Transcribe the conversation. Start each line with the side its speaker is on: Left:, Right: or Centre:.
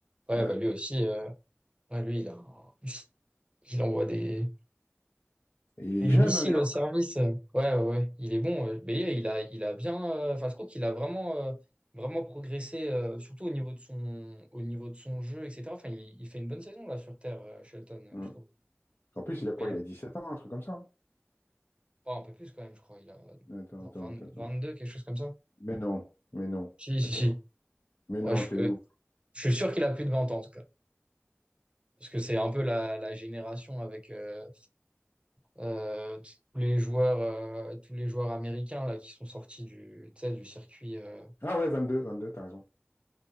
Right: ouais,
Left: Ouais.
Right: bah lui aussi, euh, ouais, lui, il a, un- il envoie des,
Left: Et il est
Right: Et
Left: jeune,
Right: missile
Left: hein, lui. hein.
Right: au service, euh, ouais, ouais, ouais, il est bon. ouais. Mais il a, il a bien. euh, Enfin, je trouve qu'il a vraiment, euh, vraiment progressé, euh, surtout au niveau de son, au niveau de son jeu, etc. Enfin, il, il fait une bonne saison là sur Terre, euh, Shelton, euh,
Left: Mhm.
Right: je trouve.
Left: En plus, il a quoi?
Right: Ouais, Il
Left: Il
Right: a
Left: a dix sept ans, un truc comme ça. hein.
Right: oh, un peu plus quand même, je crois. Il a
Left: Attends,
Right: genre
Left: attends,
Right: 20
Left: attends, attends.
Right: 22, quelque chose comme ça.
Left: Mais non, mais non.
Right: Si, si,
Left: Attends.
Right: si.
Left: Mais
Right: Ouais,
Left: non,
Right: je,
Left: t'es
Right: euh,
Left: où?
Right: je suis sûr qu'il a plus de 20 ans en tout cas. Parce que c'est un peu la, la génération avec euh, euh, tous les joueurs, euh, tous les joueurs américains là, qui sont sortis du, tu sais, du circuit. euh,
Left: Ah ouais, vingt deux, vingt deux. t'as raison.